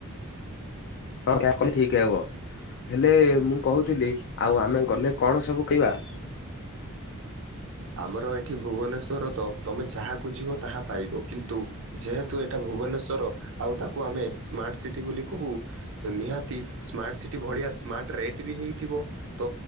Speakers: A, on the left; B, on the right.
A: ହଁ, ଏହା କଲେ ଠିକ ହବ, ହେଲେ ମୁଁ କହୁଥିଲି ଆଉ ଆମେ ଗଲେ କଣ ସବୁ ଖାଇବା?
B: ଆମର ଏଠି ଭୁବନେଶ୍ୱର ତ, ତମେ ଯାହା ଖୋଜିବ ତାହା ପାଇବ କିନ୍ତୁ ଯେହେତୁ ଏଇଟା ଭୁବନେଶ୍ୱର, ଆଉ ତାକୁ ଆମେ ସ୍ମାର୍ଟ ସିଟି ବୋଲି କହୁ, ନିହାତି ସ୍ମାର୍ଟ ସିଟି ଭଳିଆ, ସ୍ମାର୍ଟ ରେଟ୍ ବି ହେଇଥିବ, ତ